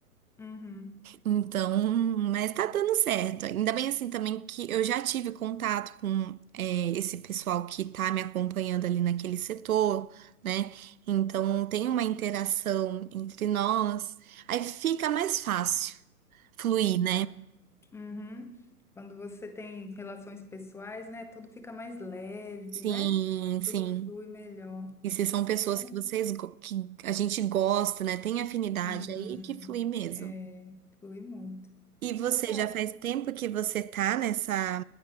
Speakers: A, in the centre; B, on the right.
A: Uhum.
B: Então, mas tá dando certo. Ainda bem assim também que eu já tive contato com é, esse pessoal que tá me acompanhando ali naquele setor, né? Então tem uma interação entre nós. Aí fica mais fácil fluir,
A: Fica.
B: né?
A: Uhum. Quando você tem relações pessoais, né? Tudo fica mais leve,
B: Sim,
A: né?
B: sim.
A: Tudo flui melhor,
B: E se são pessoas
A: né?
B: que vocês go- que a gente gosta, né? Tem afinidade
A: Uhum.
B: aí que flui mesmo.
A: É, flui muito.
B: E você
A: Legal,
B: já faz
A: tá?
B: tempo que você tá nessa